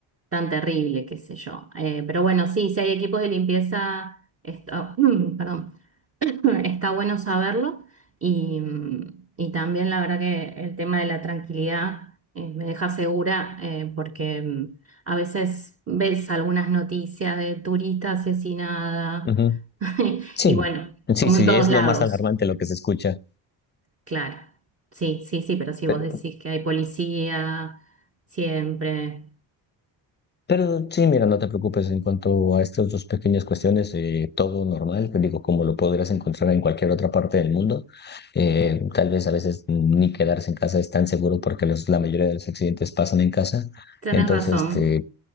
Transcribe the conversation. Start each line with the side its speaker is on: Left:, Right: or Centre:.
Right: tan terrible, qué sé yo. Eh, pero bueno, sí, si hay equipos de limpieza, está, <clears throat> perdón, <clears throat> está bueno saberlo y, mm, y también la verdad que el tema de la tranquilidad eh, me deja segura eh, porque mm, a veces ves algunas noticias de turista asesinada
Left: Ujú.
Right: <laughs>
Left: Sí,
Right: y bueno,
Left: sí,
Right: como
Left: sí,
Right: en todos
Left: es
Right: lados.
Left: lo más alarmante lo que se escucha.
Right: Claro, sí, sí, sí, pero si
Left: Pe-
Right: vos decís que hay policía siempre,
Left: Pero sí, mira, no te preocupes en cuanto a estas dos pequeñas cuestiones, eh, todo normal, te digo, como lo podrías encontrar en cualquier otra parte del mundo. Eh, tal vez a veces ni quedarse en casa es tan seguro porque los- la mayoría de los accidentes pasan en casa.
Right: tenés
Left: Entonces,
Right: razón.
Left: este,